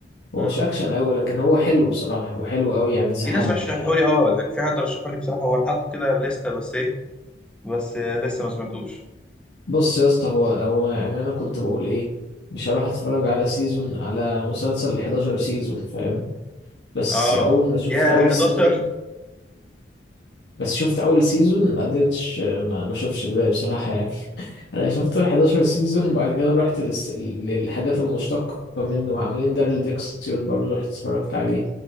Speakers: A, on the left (about 65°); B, in the centre.
A: هو
B: مم.
A: مش اكشن قوي لكن هو حلو بصراحة هو حلو قوي يعني سحلني
B: في ناس رشحوا
A: يعني
B: لي اه يعني في حد رشحوا لي بصراحه هو انا حاطه كده لسته بس ايه بس آه، لسه ما سمعتوش
A: بص يا اسطى هو هو يعني انا كنت بقول ايه مش هروح اتفرج على سيزون على مسلسل 11 سيزون فاهم بس
B: اه
A: اول ما شفت
B: يا
A: اول
B: 11
A: سيزون بس شفت اول سيزون ما قدرتش ما ما شفتش الباقي بصراحه يعني <laughs> انا شفت ال 11 سيزون وبعد كده رحت للس... للحاجات المشتقه منه وعاملين دارل ديكسيون برضه رحت اتفرجت عليه